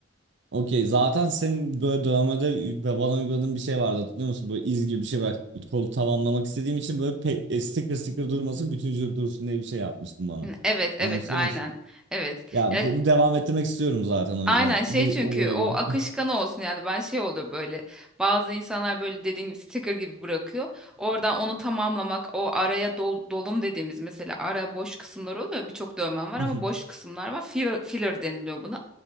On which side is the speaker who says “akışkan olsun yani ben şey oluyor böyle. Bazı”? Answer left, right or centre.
Centre